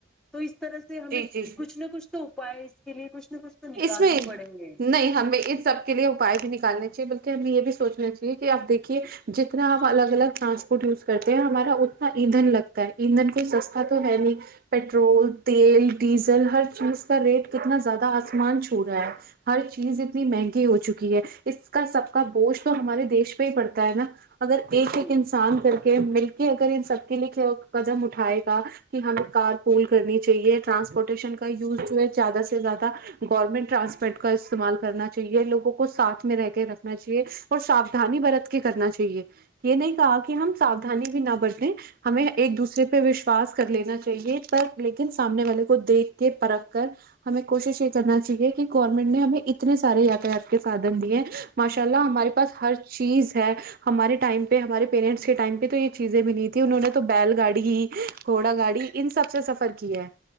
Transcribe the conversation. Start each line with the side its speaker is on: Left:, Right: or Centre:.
Centre: تو اس سے ہمیں
Right: جی جی
Centre: کچھ نہ کچھ تو بھائی اس کے لیے کچھ نہ کچھ تو نکالنے
Right: اس لیے
Centre: ہی پڑیں گے
Right: نہیں ہمیں ان سب کے لیے پائے بھی نکالنے چاہیے کہ ہم یہ بھی سوچنا چاہیے کہ اپ دیکھیے جتنا اپ الگ الگ ٹرانسپورٹ یوز کرتے ہیں ہمارا اتنا ایندھن لگتا ہے ایندھن کوئی سستا تو ہے نہیں پیٹرول تیل ڈیزل ہر چیز کا ریٹ کتنا زیادہ مان چھو رہا ہے ہر چیز اتنی مہنگی ہو چکی ہے اس کا سب کا گوشت تو ہمارے دیش پہ ہی پڑتا ہے نا اگر
Centre: بالکل
Right: ایک ایک انسان کر کہ مل کے اگر ان سب کے لکھ لو قدم اٹھائے گا کہ کارپول کرنی چاہیے ٹرانسپورٹیشن کا یوزڈ ہے زیادہ سے زیادہ گورنمنٹ ٹرانسپیرنٹ کا استعمال کرنا چاہیے لوگوں کو ساتھ میں رہ کے رکھنا چاہیے اور سابدانی برت کے کرنا چاہیے یہ نہیں کہا کہ ہم ساودانی بھی نہ برسیں ہمیں ایک دوسرے پہ وشواس کر لینا چاہیے پر لیکن سامنے والے کو دیکھ کے پر رکھ کر ہمیں کوشش کرنا چاہیے کہ گورنمنٹ نے ہمیں اتنے سارے یاتراف کے ساتھ دیے ہیں ماشاءاللہ ہمارے پاس ہر چیز ہے ہمارے ٹائم پہ ہمارے پیرنٹس کے ٹائم پہ تو یہ چیزیں بھی نہیں تھی انہوں نے تو بیل گاڑی ہی کوڑا گاڑی ان سب سے سفر کیا ہے